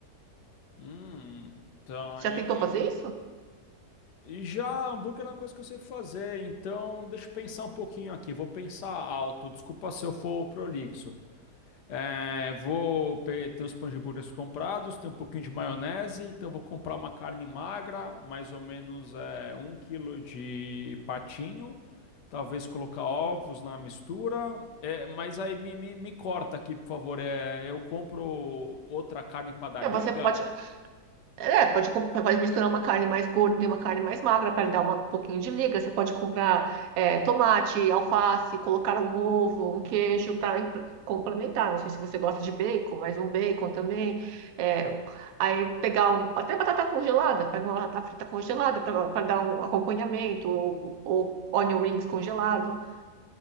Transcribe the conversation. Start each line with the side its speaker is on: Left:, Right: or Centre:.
Left: Hum, tá.
Right: Você
Left: E,
Right: já tentou fazer
Left: e-
Right: isso?
Left: e já hambúrguer é uma coisa que eu sei fazer, então deixa eu pensar um pouquinho aqui. Vou pensar alto. Desculpa se eu for prolixo. É, vou pe- ter os pães de burgers comprados, tem um pouquinho de maionese, então vou comprar uma carne magra, mais ou menos é, um quilo de patinho, talvez colocar ovos na mistura, é, mas aí me, me, me corta aqui, por favor. é, eu compro outra carne para dar
Right: É,
Left: liga.
Right: você pode. É, pode, com- pode misturar uma carne mais gorda e uma carne mais magra para dar uma- um pouquinho de liga. Você pode comprar é, tomate, alface, colocar um ovo, um queijo para complementar. Não sei se você gosta de bacon, mas um bacon também. É, aí pegar um- até batata congelada, pega uma batata frita congelada para dar um acompanhamento, ou, ou onion rings congelado. O